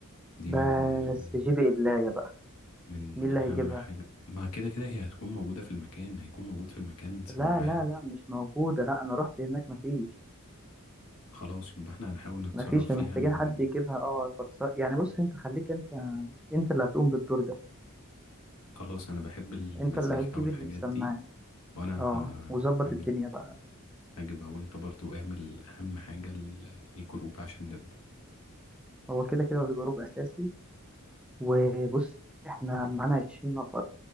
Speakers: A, on the left (about 75°); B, in the centre.
A: دي
B: بس
A: من من
B: جيب إدلاية بقى
A: من
B: مين اللي
A: أهم
B: هيجيبها
A: حاجة ما كده كده هي هتكون موجودة في المكان هيكون موجود في المكان سماعات
B: لا لا لا مش موجودة لا أنا رحت هناك مفيش
A: خلاص يبقى احنا هنحاول نتصرف
B: مفيش محتاجين
A: فيها من
B: حد يجيبها اه بتص... يعني بص أنت خليك أنت أنت اللي هتقوم بالدور ده
A: خلاص أنا بحب المزيكا
B: أنت اللي هتجيب
A: والحاجات
B: السماعة
A: دي وأنا
B: اه
A: ه-
B: وظبط
A: هجيب
B: الدنيا بقى
A: هجيبها وانت برضو اعمل أهم حاجة ال- الجروب عشان نبدأ
B: هو كده كده الجروب أساسي وبص إحنا معانا عشرين نفر